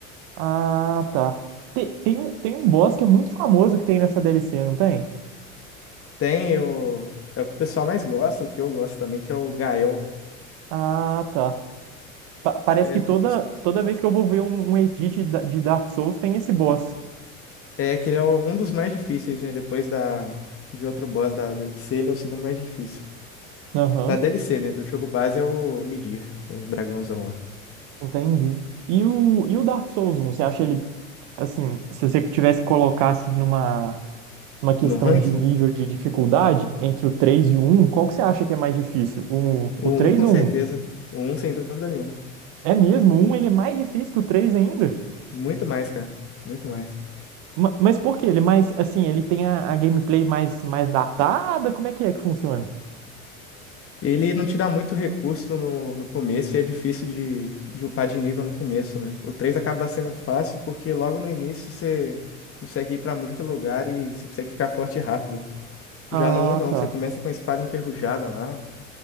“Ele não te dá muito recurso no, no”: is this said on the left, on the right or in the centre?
Left